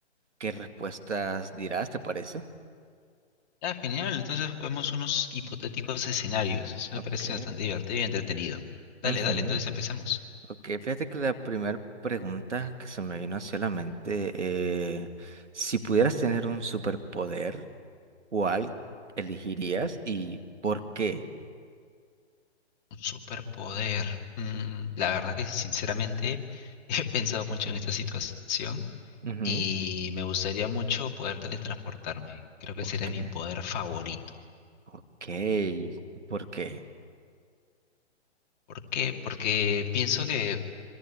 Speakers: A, on the right; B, on the left.
A: qué respuestas dirás, ¿te parece?
B: Ah, genial. Entonces juguemos unos hipotéticos escenarios. Eso
A: Ok.
B: me parece bastante divertido y entretenido. Dale,
A: ujú.
B: dale, entonces empecemos.
A: Ok, fíjate que la primera pregunta que se me vino hacia la mente, eh, si pudieras tener un superpoder, ¿Cuál elegirías y por qué?
B: Un superpoder. Mm, la verdad que sí, sinceramente <laughs> he pensado mucho en esta situación
A: Ujú,
B: y me gustaría mucho poder teletransportarme. Creo que
A: Ok,
B: sería mi poder favorito.
A: Ok, ¿por qué?
B: ¿Por qué? Porque pienso que